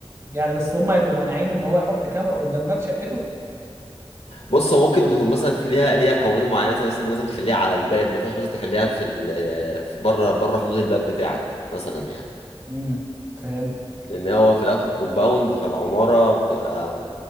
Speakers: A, on the right; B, on the left.
A: يعني بس هم يبقوا مانعين ان هو يحط كاميرا قدام باب شقته
B: بص هو ممكن يكون مثلا في ليها ليها قوانين معينه مثلا لازم لازم تخليها على الباب ما ينفعش مثلا تخليها في ال في بره بره حدود الباب بتاعك مثلا يعني
A: امم فهمت
B: لان هو في الاخر كومباوند فالعماره بتبقى